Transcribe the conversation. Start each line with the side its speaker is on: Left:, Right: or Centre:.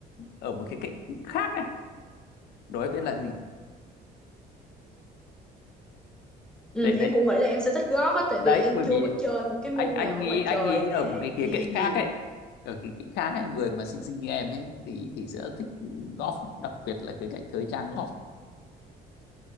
Left: ở một cái cạnh khác ấy. Đố em biết là gì?
Centre: Ừ,
Left: Đấy đấy.
Centre: em cũng nghĩ là em sẽ thích golf á, tại
Left: Đấy
Centre: vì em
Left: bởi
Centre: chưa
Left: vì
Centre: có chơi một cái
Left: anh
Centre: môn
Left: anh
Centre: nào ở
Left: nghĩ
Centre: ngoài
Left: anh
Centre: trời
Left: nghĩ
Centre: mà
Left: ở một cái khía
Centre: đi
Left: cạnh
Centre: nhiều.
Left: khác ấy. Ở cái cạnh khác ấy, người mà xinh xinh như em ấy thì thì sẽ thích golf đặc biệt là khía cạnh thời trang golf.